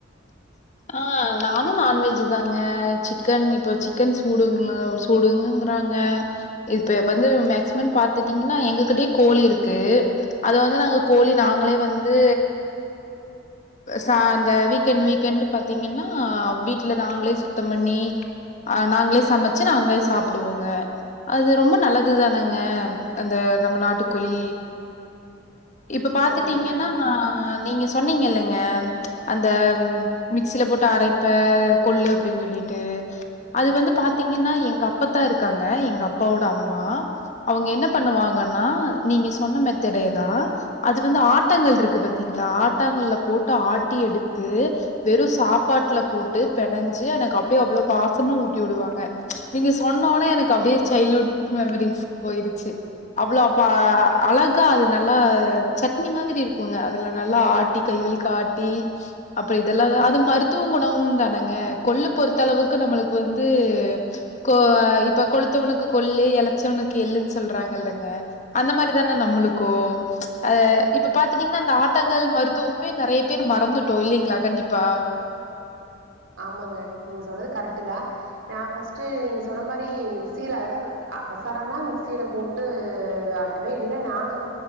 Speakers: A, on the left; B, on the right.
A: ஆ நானு நான்வெஜ் தாங்க சிக்கன் இப்போ சிக்கன் சூடுங்கள டுங்கங்கறாங்க இப்ப வந்து மேக்சிமம் பாத்துட்டீங்கன்னா எங்ககிட்டயே கோழி இருக்கு அத வந்து நாங்க கோழி நாங்களே வந்து சா அந்த வீக்கன் வீக்கன்ட் பாத்தீங்கன்னா வீட்ல நாங்களே சுத்தம் பண்ணி அ நாங்களே சமைச்சு நாங்களே சாப்பிடுவோங்க அது ரொம்ப நல்லது தானேங்க அந்த நம்ம நாட்டுக்கோழி இப்ப பாத்துட்டீங்கன்னா
B: ஆமாங்க
A: ஆ நீங்க சொன்னீங்கல்லங்க அந்த மிக்ஸ்சில போட்டு அரைப்ப கொள்ளு அப்டின்னு சொல்லிட்டு அது வந்து பாத்தீங்கன்னா எங்க அப்பத்தா இருக்காங்க எங்க அப்பாவோட அம்மா அவுங்க என்ன பண்ணுவாங்கன்னா நீங்க சொன்ன மெத்தடே தா அது வந்து ஆட்டாங்கள் இருக்கு பாத்தீங்களா ஆட்டாங்கள்ல போட்டு ஆட்டி எடுத்து வெறு சாப்பாட்டுல போட்டு பெணஞ்சு எனக்கு அப்டியே அவ்ளோ பாசமா ஊட்டி விடுவாங்க நீங்க சொன்னோனே எனக்கு அப்டியே சைல்டுஹுட் மெமரிஸ்க்கு போயிருச்சு அவ்ளோ அப்ப அழகா அது நல்லா சட்னி மாதிரி இருக்குங்க அதுல நல்லா ஆ ட்டி கைவலிக்க ஆட்டி அப்புற இதெல்லா அது மருத்துவ உணவு தானேங்க கொள்ளு பொறுத்த அளவுக்கு நம்மளுக்கு வந்து கோ இப்ப கொளுத்தவனுக்கு கொள்ளு இளச்சவனுக்கு எள்ளுன்னு சொல்றாங்கல்லங்க அந்த மாதிரிதானே நம்மளுக்கு அ இப்ப பாத்துட்டீங்கன்னா அந்த ஆட்டங்கள் மருத்துவமே நறைய பேர் மறந்துட்டோ இல்லைங்களா கண்டிப்பா
B: ஆமாங்க நீங்க சொன்னது கரெக்ட்டு தா நா ஃபர்ஸ்ட்டு நீங்க சொன்ன மாதிரி மிக்சியில அதாவது அவசரனா மிக்சியில போட்டு ட்டு ஆட்டுவேன் இல்ல நானும்